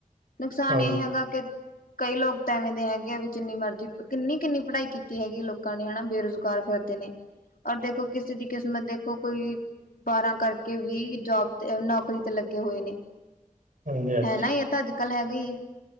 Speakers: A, on the left (about 80°); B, on the right (about 65°).
A: ਨੁਕਸਾਨ
B: ਹਾਂਜੀ
A: ਇਹ ਹੈਗਾ ਕਿ ਕਈ ਲੋਕ ਤਾਂ ਐਵੇਂ ਦੇ ਹੈਗੇ ਆ ਵੀ, ਜਿੰਨੀ ਮਰਜ਼ੀ ਕਿੰਨੀ- ਕਿੰਨੀ ਪੜ੍ਹਾਈ ਕੀਤੀ ਹੈਗੀ ਲੋਕਾਂ ਨੇ, ਹਨਾ ਬੇਰੁਜ਼ਗਾਰ ਫਿਰਦੇ ਨੇ। ਔਰ ਦੇਖੋ ਕਿਸੇ ਦੀ ਕਿਸਮਤ ਦੇਖੋ, ਕੋਈ ਬਾਰਾਂ ਕਰਕੇ ਵੀ ਜੋਬ ਤੇ ਨੌਕਰੀ ਤੇ ਲੱਗੇ ਹੋਏ ਨੇ।
B: ਹਾਂਜੀ ਹਾਂਜੀ
A: ਹੈ ਨਾ ਇਹ ਤਾਂ ਅੱਜ- ਕੱਲ ਹੈਗਾ ਈ ਐ।